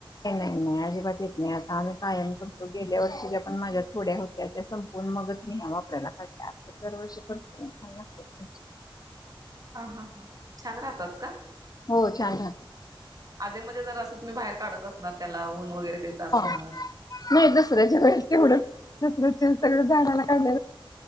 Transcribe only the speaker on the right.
हा हा हा, छान राहतात का?
आधी मध्ये जर असं तुम्ही बाहेर काढत असणार त्याला ऊन वगैरे देत असणार